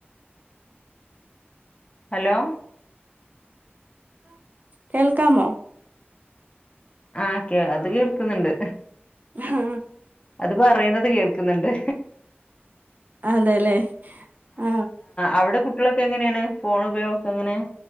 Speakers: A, on the left (about 30°); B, on the right (about 40°).
A: ഹലോ
B: കേൾക്കമോ
A: ആ കേൾ അത് കേൾക്കുന്നുണ്ട്
B: ഹാ
A: അത് പറയുന്നത് കേൾക്കുന്നുണ്ട്
B: അതേലെ ആ
A: അവിടെ കുട്ടികളൊക്കെ എങ്ങനെയാണ് ഫോൺ ഉപയോഗക്കെ എങ്ങനെയാ